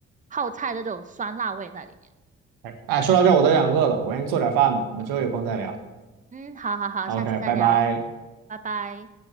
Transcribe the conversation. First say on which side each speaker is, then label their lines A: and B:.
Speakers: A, on the right (about 20°); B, on the right (about 75°).
A: 泡菜的这种酸辣味在里面。
B: 哎，哎说到这儿我都有点饿了，我先做点饭吧，我们之后有空再聊。
A: 嗯，好好好，
B: OK，
A: 下次再聊，
B: 拜拜。
A: 拜拜。